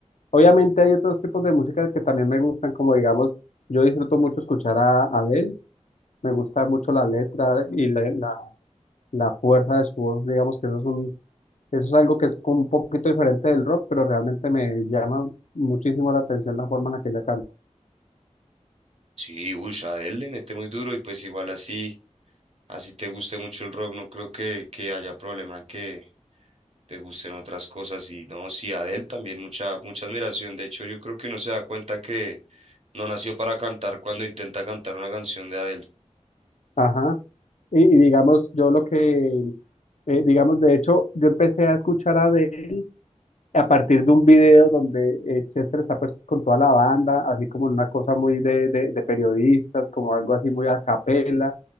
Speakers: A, on the left (about 70°); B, on the right (about 55°).
A: Obviamente hay otros tipos de música que también me gustan, como digamos, yo disfruto mucho escuchar a Adele Me gusta mucho la letra y la, la- la fuerza de su voz, digamos que eso es un, eso es algo que es un poquito diferente del rock, pero realmente me llama muchísimo la atención la forma en la que ella canta.
B: Sí, uy, Adele le mete muy duro y pues igual así, así te guste mucho el rock, no creo que, que haya problema en que te gusten otras cosas. Y no, sí, Adele también mucha, mucha admiración. De hecho, yo creo que uno se da cuenta que no nació para cantar cuando intenta cantar una canción de Adele.
A: Ajá. Y, y digamos, yo lo que, eh, digamos, de hecho, yo empecé a escuchar a Adele a partir de un video donde eh, Chester está pues con toda la banda, así como en una cosa muy de, de, de periodistas, como algo así muy a capela